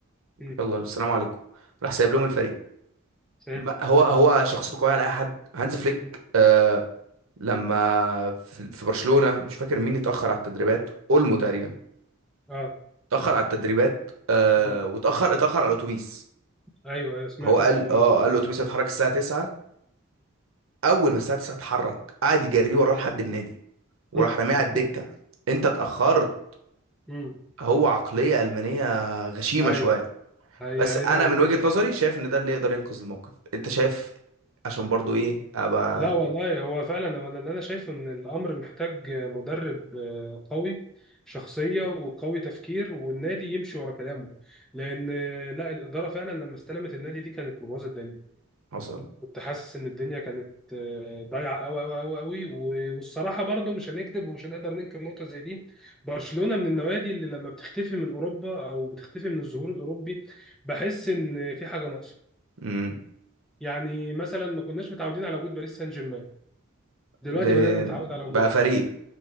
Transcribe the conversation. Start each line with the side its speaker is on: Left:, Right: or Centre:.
Centre: مم.
Right: يلا السلام عليكم راح سايب لهم الفريق
Centre: فهمت
Right: ما- هو
Centre: فهمت
Right: هو شخصيته قوية على أي حد هانز فليك
Centre: مم.
Right: آه، لما في في برشلونة مش فاكر مين اتأخر على التدريبات اولمو تقريبا
Centre: اه
Right: اتأخر على التدريبات آه
Centre: مم.
Right: واتأخر اتأخر على الاتوبيس
Centre: ايوه ايوه سمعت
Right: هو قال
Centre: انا الحوار
Right: اه
Centre: ده قبل
Right: قال الاتوبيس
Centre: كده
Right: هيتحرك الساعة 9 اول ما الساعة 9 اتحرك قعد يجريه وراه لحد النادي وراح
Centre: مم.
Right: راميه على
Centre: <laughs>
Right: الدكة انت اتأخرت
Centre: مم.
Right: هو عقلية ألمانية غشيمة
Centre: ايوه
Right: شوية
Centre: هي
Right: بس
Centre: هيبقى
Right: انا من وجهة
Centre: ماشي
Right: نظري شايف ان ده اللي يقدر ينقذ الموقف انت شايف عشان برضو ايه ابقى
Centre: لا والله هو فعلا هو اللي انا شايفه ان الامر محتاج مدرب آه، قوي شخصيه وقوي تفكير والنادي يمشي ورا كلامه لان آه، لا الاداره فعلا لما استلمت النادي دي كانت مبوظه الدنيا
Right: حصل
Centre: كنت حاسس ان الدنيا كانت آه، ضايعه قوي قوي قوي قوي والصراحه برضو مش هنكذب ومش هنقدر ننكر نقطه زي دي برشلونه من النوادي اللي لما بتختفي من اوروبا او بتختفي من الظهور الاوروبي بحس ان في حاجه ناقصه
Right: امم
Centre: يعني مثلا ما كناش متعودين على وجود باريس سان جيرمان دلوقتي
Right: ده-
Centre: بدأنا نتعود على
Right: بقى
Centre: وجودها
Right: فريق